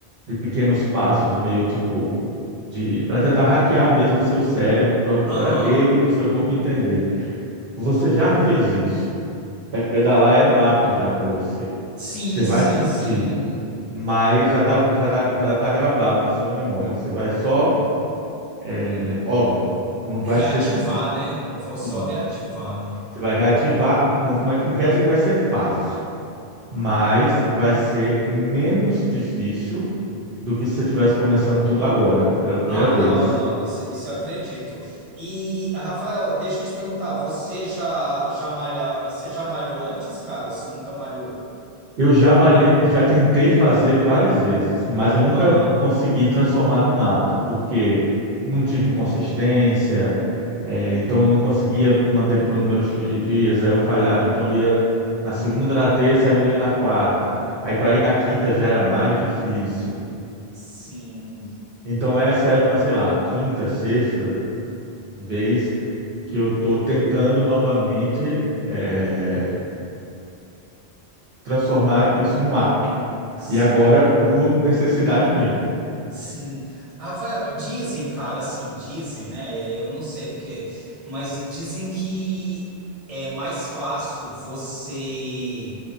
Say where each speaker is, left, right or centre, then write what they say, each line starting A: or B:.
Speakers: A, on the right (about 65°); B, on the right (about 35°).
A: de pequenos passos, meio tipo de para tentar hackear mesmo o seu cérebro para
B: Aham.
A: ele e o seu corpo entender. Você já fez isso? É, pedalar era um hábito já para você.
B: Sim,
A: Você vai
B: sim,
A: sentir,
B: sim.
A: mas já tá, já tá, já tá gravado na sua memória. Você vai só, é, óbvio, não vai
B: Reativar,
A: ser
B: né? Eu vou só
A: isso.
B: reativar, né?
A: Você vai reativar, não, não é que- não quer dizer que vai ser fácil, mas vai ser menos difícil do que se você estivesse começando tudo agora, pela primeira
B: Ah,
A: vez.
B: não, não, isso, isso eu acredito. E, Rafael, deixa eu te perguntar, você já, já malha, você já malhou antes, cara? Ou você nunca malhou?
A: Eu já malhei, já tentei fazer várias vezes, mas eu nunca
B: Aham.
A: consegui transformar num hábito, porque não tive consistência, é, então eu não conseguia manter por um número X de dias, aí eu falhava,
B: Uhum,
A: então eu ia na segunda, na terça, aí não ia na quarta. Aí para
B: aham.
A: ir na quinta já era mais difícil.
B: Sim,
A: Então essa é uma, sei lá, quinta, sexta vez que eu estou tentando novamente, é, transformar isso num hábito.
B: sim,
A: E agora por necessidade mesmo.
B: sim. Rafael, dizem, cara, assim, dizem, né? eh, Eu não sei porque, mas dizem que é mais fácil você